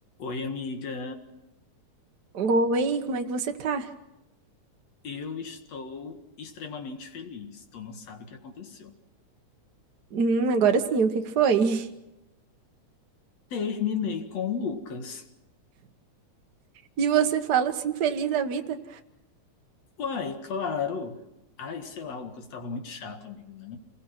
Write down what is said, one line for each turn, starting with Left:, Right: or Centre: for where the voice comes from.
Left: Oi, amiga.
Right: Oi, como é que você tá?
Left: Eu estou extremamente feliz. Tu não sabe o que aconteceu.
Right: Hum, agora sim, o que que foi? <laughs>
Left: Terminei com o Lucas.
Right: E você fala assim, feliz da vida?
Left: Uai, claro. Ai, sei lá, o Lucas estava muito chato, amiga, né?